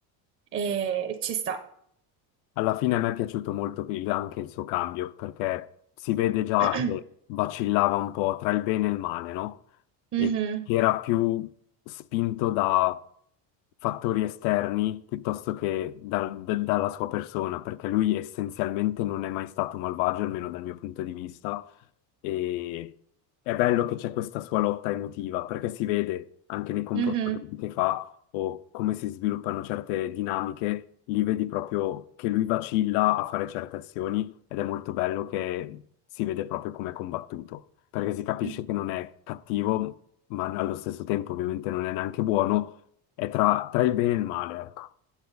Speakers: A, on the right (about 30°); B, on the left (about 75°).
A: e, e ci sta.
B: Alla fine a me è piaciuto molto il- anche il suo cambio, perché si vede già
A: <clears throat>
B: che vacillava un po' tra il bene e il male, no?
A: Mhm,
B: E che era più spinto da fattori esterni piuttosto che dal- d- dalla sua persona, perché lui essenzialmente non è mai stato malvagio, almeno dal mio punto di vista, e è bello che c'è questa sua lotta emotiva, perché si vede anche nei comportamenti
A: mhm,
B: che fa o come si sviluppano certe dinamiche, lì vedi proprio che lui vacilla a fare certe azioni ed è molto bello che si vede proprio come è combattuto, perché si capisce
A: mm,
B: che non è cattivo, ma allo stesso tempo ovviamente non è neanche buono, è tra, tra il bene e il male, ecco.